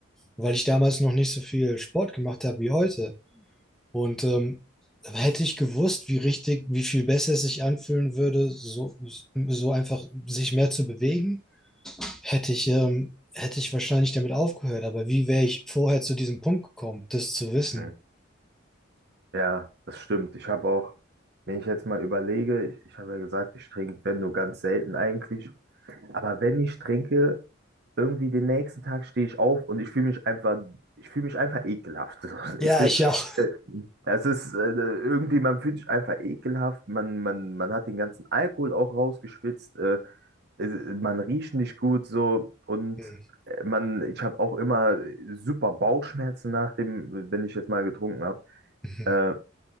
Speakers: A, in the centre; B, on the right (about 55°).
A: weil ich damals noch nicht so viel Sport gemacht habe wie heute. Und ähm, hätte ich gewusst, wie richtig, wie viel besser es sich anfühlen würde, so, so einfach sich mehr zu bewegen hätte ich, ähm, hätte ich wahrscheinlich damit aufgehört, aber wie wäre ich vorher zu diesem Punkt gekommen, das zu wissen?
B: Mhm. Ja, das stimmt. Ich habe auch, wenn ich jetzt mal überlege, ich, ich habe ja gesagt, ich trinke, wenn nur ganz selten eigentlich. Aber wenn ich trinke, irgendwie den nächsten Tag stehe ich auf und ich fühle mich einfach, ich fühle mich einfach ekelhaft. <laughs>
A: Ja,
B: Ich fühl,
A: ich auch.
B: äh, es ist äh, irgendwie, man fühlt sich einfach ekelhaft, man, man, man hat den ganzen Alkohol auch rausgeschwitzt, äh, es- man riecht nicht gut so und
A: Hm,
B: äh, man, ich habe auch immer super Bauchschmerzen nach dem, wenn ich jetzt mal getrunken habe.
A: <laughs> mhm,
B: Äh,